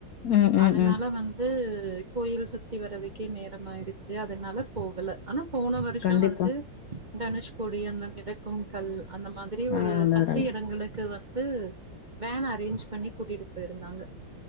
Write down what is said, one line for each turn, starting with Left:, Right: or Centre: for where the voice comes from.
Left: ம் ம்
Right: அதனால
Left: ம்
Right: வந்து கோயில் சுத்தி வர்றதுக்கே நேரமாயிடுச்சு அதனால போகல ஆனாப் போன வருஷோ
Left: கண்டிப்பா
Right: வந்து தனுஷ்கோடி அந்த மிதக்கும் கல்லு அந்த மாதிரி
Left: ஆ
Right: ஒரு
Left: நல்லது
Right: பத்து இடங்களுக்கு வந்து து வேன் அரேஞ்ச் பண்ணி கூட்டிட்டு போயிருந்தாங்க